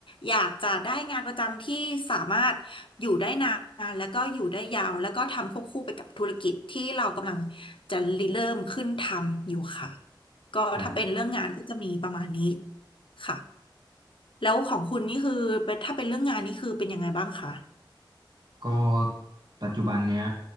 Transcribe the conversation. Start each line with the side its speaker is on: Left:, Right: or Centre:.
Left: อยากจะได้งานประจำที่สามารถอยู่ได้นานแล้วก็อยู่ได้ยาวแล้วก็ทำควบคู่ไปกับธุรกิจที่เรากำลังจะริเริ่มขึ้นทำอยู่ค่ะก็ถ้าเป็นเรื่องงานก็จะมีประมาณนี้
Right: รับ
Left: ค่ะแล้วของคุณนี่คือเป็นถ้าเป็นเรื่องงานนี่คือเป็นยังไงบ้างคะ
Right: ก็ปัจจุบันเนี้ย